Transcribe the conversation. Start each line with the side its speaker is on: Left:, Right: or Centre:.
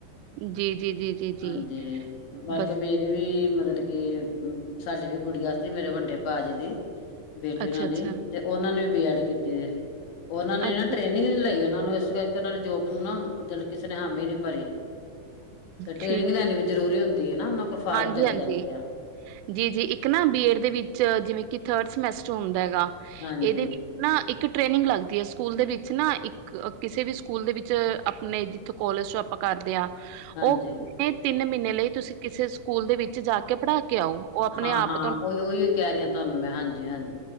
Right: ਜੀ ਜੀ ਜੀ ਜੀ ਜੀ
Left: ਹਾਂਜੀ, ਬਲਕਿ
Right: ਬਸ
Left: ਮੇਰੀ ਵੀ ਮਤਲਬ ਕੀ ਸਾਡੀੇ ਵੀ ਗੁੜੀਆਂ ਸੀ ਮੇਰੇ ਵੱਡੇ ਭਾ ਜੀ ਦੀ ਬੇਟੀ
Right: ਅੱਛਾ,
Left: ਉਹਨਾਂ
Right: ਅੱਛਾ,
Left: ਦੀ ਤੇ ਉਹਨਾਂ ਨੇ ਵੀ ਬੀ ਐਡ ਕੀਤੀ ਹੈ ਉਹਨਾਂ ਨੇ
Right: ਅੱਛਾ
Left: ਨਾ ਟ੍ਰੇਨਿੰਗ ਨੀ ਲਾਈ ਉਹ ਨੂੰ ਇਸ ਕਰਕੇ ਉਹਨਾਂ ਨੇ ਜੋਬ ਨੂੰ ਨਾ ਜ ਕਿਸੇ ਨੇ ਹਾਮੀ ਨ ਭਰੀ ਤੇ ਟ੍ਰੇਨਿੰਗ
Right: ਠੀਕ
Left: ਲੈਣੀ ਵੀ ਜ਼ਰੂਰੀ ਹੁੰਦੀ ਹੈ ਨਾ ਉਹਨਾਂ ਕੋਲ ਫਾਰਮ
Right: ਹਾਂਜੀ
Left: ਚਲੇ
Right: ਹਾਂਜੀ
Left: ਜਾਂਦੇ ਆ
Right: ਜੀ ਜੀ ਇੱਕ ਨਾ ਬੀਏਡ ਦੇ ਵਿੱਚ ਜਿਵੇਂ ਕਿ ਥਰਡ ਸਮੈਸਟਰ ਹੁੰਦਾ ਹੈਗਾ
Left: ਹਾਂਜੀ,
Right: ਇਹਦੇ ਨਾ ਇੱਕ ਟ੍ਰੇਨਿੰਗ ਲੱਗਦੀ ਹੈ ਸਕੂਲ ਦੇ ਵਿੱਚ ਨਾ ਇੱਕ ਕਿਸੇ ਵੀ ਸਕੂਲ ਦੇ ਵਿੱਚ ਆਪਣੇ ਜਿੱਥੋਂ ਕੋਲਜ ' ਆਪਾਂ ਕਰਦੇ ਹਾਂ ਉਹ
Left: ਹਾਂਜੀ।
Right: ਕਹਿੰਦੇ ਨੇ ਤਿੰਨ ਮਹੀਨੇ ਲਈ ਤੁਸੀਂ ਕਿਸੇ ਸਕੂਲ ਦੇ ਵਿੱਚ ਜਾ ਕੇ ਪੜ੍ਹਾ ਕੇ ਆਓ ਉਹ ਆਪਣੇ
Left: ਹਾਂ
Right: ਆਪ
Left: ਹਾਂ
Right: ਤੋਂ
Left: ਉਹੀ ਉਹੀ ਕਹਿ ਰਹੀ ਹਾਂ ਤੁਹਾਨੂੰ ਮੈਂ ਹਾਂਜੀ ਹਾਂਜੀ